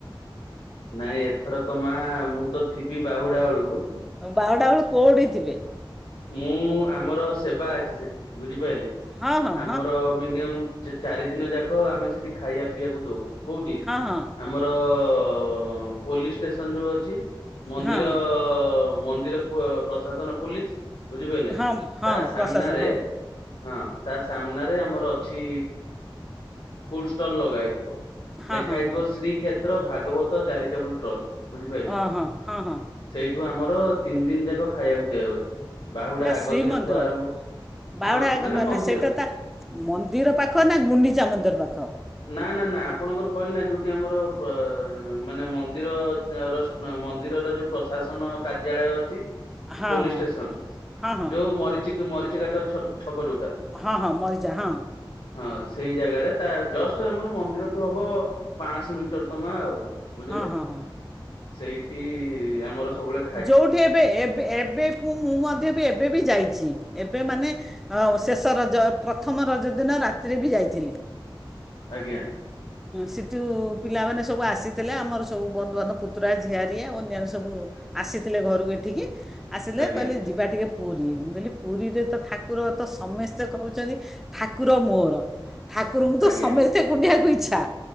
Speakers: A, on the left; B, in the centre.
A: ନାଇଁ, ଏଥରକ ମାଁ, ମୁଁ ତ ଥିବି ବାହୁଡା ଅଳୁକୁ।
B: ବାହୁଡ଼ା ଅଳୁ କୋଉଠି ଥିବେ?
A: ମୁଁ, ଆମର ସେବା ଅଛି ସେଠି। ବୁଝିପାଇଲେ!
B: ହଁ ହଁ
A: ଆମର ମି ମିନିମମ୍ ଚାରି ଦିନ ଯାକ ଆମେ ସେଠି ଖାୟା ପିଆକୁ ଦଉ। କୋଉଠି?
B: ହଁ ହଁ
A: ଆମର-ର-ରଁ ପୋଲିସ ଷ୍ଟେସନ୍ ଯୋଉ ଅଛି। ମନ୍ଦିର-ଅ-ଅ
B: ହଁ ହଁ ହଁ
A: ମନ୍ଦିର ପ-ପ୍ରଶାସନ ପୋଲିସ ବୁଝିପାଇଲେ?
B: ହଁ ହଁ
A: ତା ସାମ୍ନାରେ,
B: ପ୍ରଶାସନ
A: ହଁ ତା, ସାମ୍ନାରେ ଆମର ଅଛି, ଫୁଡ୍ ଷ୍ଟଲ୍ ଲଗା ହେଇଥିବ।
B: ହଁ
A: ଲେଖା
B: ହଁ
A: ହେଇଥିବ,
B: ହଁ ହଁ
A: ଶ୍ରୀକ୍ଷେତ୍ର ଭାଗବତ ଚାରିଟେବୁଲ୍ ଟ୍ରଷ୍ଟ। ବୁଝିପାଇଲେ?
B: ହଁ ହଁ ହଁ ହଁ
A: ସେଇଠୁ, ଆମର ତିନି ଦିନ ଯାକ ଖାଇଆକୁ ଦିଆ ହୁଏ। ବାହୁଡା
B: ହେଟା
A: ଆଗ
B: ଶ୍ରୀମନ୍ଦିର।
A: ଦିନଠୁ ଆରମ୍ଭ
B: ବାହୁଡ଼ା
A: ହଁ
B: ଆଗ, ମାନେ
A: ମନ୍ଦିର
B: ସେଇଟା ତା ମନ୍ଦିର ପାଖ ନା ଗୁଣ୍ଡିଚା ମନ୍ଦିର ପାଖ?
A: ନା, ନା, ନା, ଆପଣଙ୍କର କହିଲି ନା ଯୋଉଠି ଆମର, ପ-ଅ ମାନେ ମନ୍ଦିର ର ସ ମନ୍ଦିରର ଯୋଉ ପ୍ରଶାସନ କାର୍ଯ୍ୟାଳୟ ଅଛି,
B: ହଁ
A: ପୋଲିସ ଷ୍ଟେସନ୍
B: ହଁ ହଁ ହଁ
A: ଯୋଉ, ମରିଚିକ୍ ମରିଚିକାଟ ଛକ୍, ଛକ ଯୋଉଟା।
B: ହଁ, ହଁ, ମରିଯା, ହଁ।
A: ହଁ, ସେଇ ଜାଗାରେ ତା, ଜଷ୍ଟ ଆମର ମନ୍ଦିରଠୁ ହବ ପାଁଆଶହ ମିଟର ତମା ଆଉ। ବୁଝିଲେ?
B: ହଁ ହଁ ହଁ
A: ସେଇଠି ଆମର ସବୁଳେ
B: ଯୋଉଠି ଏବେ ଏବ୍ ଏବେବ୍ ମୁଁ, ମୁଁ ମଧ୍ୟ ବି ଏବେ ବି ଯାଇଛି। ଏବେ ମାନେ ଅଁ ଶେଷ୍ ତ, ରଜ ପ୍ରଥମ ରଜ ଦିନ ରାତିରେ ବି ଯାଇଥିଲି।
A: ଆଜ୍ଞା।
B: ସିଠୁ ପିଲାମାନେ ସବୁ ଆସିଥିଲେ। ଆମର ସବୁ ବନ୍ଧୁବାନ୍ଧବ, ପୁତୁରା, ଝିଆରିି, ଆଉ ଅନ୍ୟାନ୍ୟ ସବୁ ଆସିଥିଲେ ଘରୁକୁ ଏଠିକି, ଆସିଲେ
A: ଆଜ୍ଞା
B: କହିଲେ ଯି ଯିବା ଟିକେ ପୁରୀ। ମୁଁ, କହିଲି ପୁରୀରେ ତ ଠାକୁର ତ ସମେସ୍ତେ କହୁଚନ୍ତି ଠାକୁର ମୋର। ଠାକୁରୁଙ୍କୁ ତ
A: ଆଜ୍ଞା
B: ସମେସ୍ତେ କୁଣ୍ଡେଇବାକୁ ଇଚ୍ଛା।